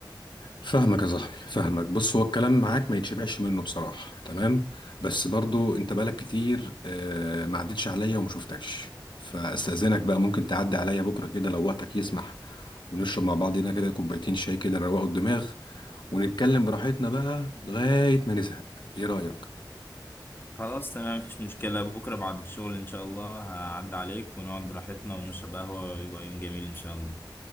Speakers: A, on the left (about 70°); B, on the left (about 25°).
A: فاهمك يا صاحبي فاهمك بص هو الكلام معاك ما يتشبعش منه بصراحة تمام بس برضو انت بقالك كتير آه، ما عدتش عليا وما شفتكش فاستأذنك بقى ممكن تعدي عليا بكرة كده لو وقتك يسمح ونشرب مع بعضنا كده كوبايتين شاي كده نروقوا الدماغ ونتكلم براحتنا بقى لغاية ما نزهق ايه رأيك؟
B: خلاص تمام مفيش مشكلة بكرة بعد الشغل إن شاء الله هعدي عليك ونقعد براحتنا ونشرب قهوة ويبقى يوم جميل إن شاء الله